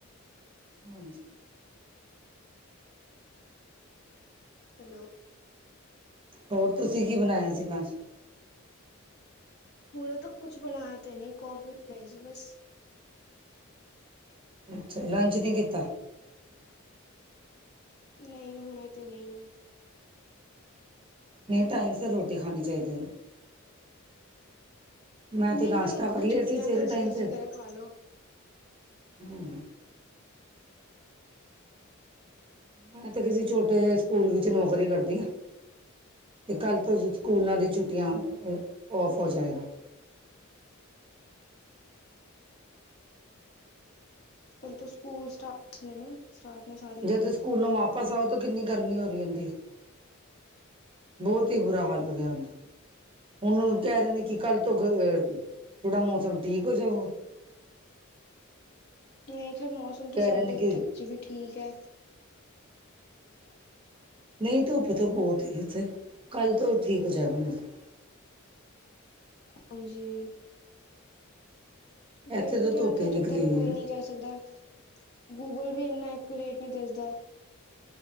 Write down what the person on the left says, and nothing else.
ਹੈਲੋ,
ਹੁਣ ਤੇ ਕੁਛ ਬਣਾਇਆ ਤੇ ਨੀ ਕੌਫੀ ਬਣਾਈ ਸੀ ਬਸ।
ਨਹੀਂ ਹੁਣੇ ਤੇ ਨਹੀਂ।
ਨਹੀਂ
ਖੈਰ
ਛੁੱਟੀਆਂ
ਨੇ ਜਦੋਂ
ਜੀ ਕਰੇ ਖਾ ਲੋ
ਚਲ ਤੋ ਸਕੂਲ ਸਟਾਰਟ ਨੇ ਨਾ ਸਟਾਟ ਨੇ ਸਾਰੇ।
ਨਹੀਂ ਖੇਰ ਮੌਸਮ ਤੇ
ਸਾਡੇ
ਇਥੇ
ਆਚ ਵੀ ਠੀਕ ਹੈ। ਹ <unintelligible>
ਹਾਂਜੀ। ਵੇਖਦੇ
ਆ ਖੈਰ
ਇੱਦਾਂ ਤਾਂ
ਕੋਈ
ਨੀ। ਕਹਿ ਸਕਦਾ, ਗੂਗਲ ਵੀ ਇੰਨਾ ਐਕੂਰੇਟ ਨਹੀਂ ਦੱਸਦਾ।